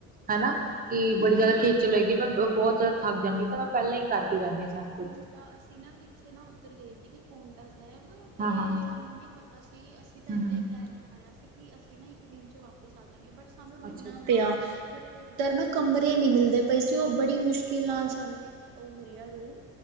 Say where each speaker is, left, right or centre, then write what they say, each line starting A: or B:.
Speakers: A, on the right (about 20°); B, on the right (about 60°).
A: ਹਨਾ ਕਿ
B: ਕਿਉਂਕਿ
A: ਬੜੀ
B: ਨਾ
A: ਜ਼ਿਆਦਾ ਖੇਚਲ ਹੈਗੀ ਮੈਂ ਬਹੁਤ ਜ਼ਿਆਦਾ ਥੱਕ ਜਾਂਗੀ ਤਾਂ ਮੈਂ ਪਹਿਲਾਂ ਹੀ ਕਰਕੇ ਜਾਂਦੀ ਹਾਂ ਸਾਰਾ
B: ਹੁ ਜਿੱਦਾਂ ਅਸੀਂ ਨਾ ਪਿੱਛੇ ਨਾ ਉੱਧਰ ਗਏ ਸੀਗੇ ਪਾਉਂਟਾ ਸਾਹਿਬ ਤੇ
A: ਹਾਂ ਹਾਂ
B: ਸਾਨੂੰ ਨੀ ਪਤਾ ਸੀ ਅਸੀਂ ਤਾਂ
A: ਹਮ
B: ਇਦਾਂ ਹੀ ਪਲੈਨ ਆਇਆ ਸੀ ਕਿ ਅਸੀਂ ਨਾ ਇੱਕ ਦਿਨ ਚ ਵਾਪਿਸ ਆ ਜਾਗੇ ਬਟ ਸਾਨੂੰ ਰੁਕਣਾ
A: ਅੱਛਾ ਅੱਛਾ
B: ਪਿਆ ਬਟ ਉੱਧਰ ਨਾ ਕਮਰੇ ਨਹੀਂ ਮਿਲਦੇ ਪਏ ਸੀ ਉਹ ਬੜੀ ਮੁਸ਼ਕਿਲ ਨਾਲ ਸਾਨੂੰ ਇੱਕ ਉਹ ਮਿਲਿਆ ਰੂਮ